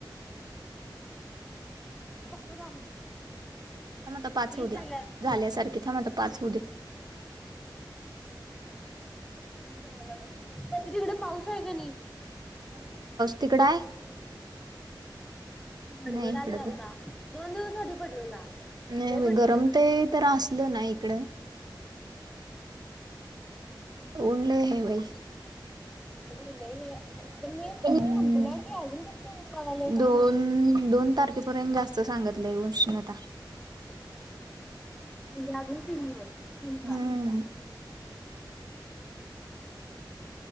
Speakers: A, in the centre; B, on the right.
A: मला गप्प झा
B: मता पाच होद
A: झाल्यात
B: झाल्यासारखे थां मता पाच होद अ
A: करा लाग पण तिकडे पाऊस आहे का नाही
B: तिकड आहे
A: गडगड
B: नाही इकडं
A: आहे आत्त दोन दिवस आधी पडलेला
B: आणि
A: लय पडलेला
B: गरम
A: खरं
B: ते तर असल ना इकड ऊन हाय बाई
A: अगं लय पण मे महिना
B: म्
A: संपला की अजून कसं येऊ लागलंय काय
B: दोन
A: माहित
B: दोन तारखेपर्यंत जास्त सांगितलंय उष्णता
A: म्हणजे अजून तीन दिवस तीन चार
B: हम्म